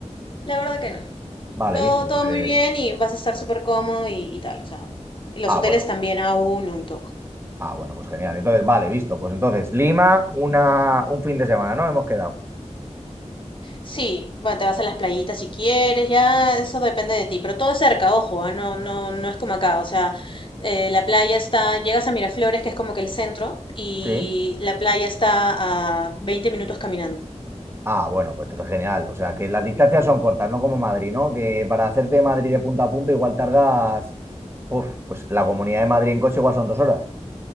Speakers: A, on the left; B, on the right.
A: La verdad que no.
B: Vale,
A: Todo,
B: visto.
A: todo
B: Pues...
A: muy bien y vas a estar súper cómodo y, y tal. O sea, y los
B: Ah,
A: hoteles
B: bueno.
A: también a uno y todo.
B: Ah, bueno, pues genial. Entonces, vale, visto. Pues entonces, Lima, una, un fin de semana, ¿no? Hemos quedado.
A: Sí, bueno, te vas a las playitas si quieres, ya eso depende de ti, pero todo es cerca, ojo, ah, No, no, no es como acá, o sea, eh, la playa está, llegas a Miraflores, que es como que el centro, y
B: Sí.
A: la playa está a 20 minutos caminando,
B: Ah, bueno, pues entonces genial. O sea, que las distancias son cortas, no como Madrid, ¿no? Que para hacerte de Madrid de punta a punta igual tardas, uf, pues la Comunidad de Madrid en coche igual son dos horas.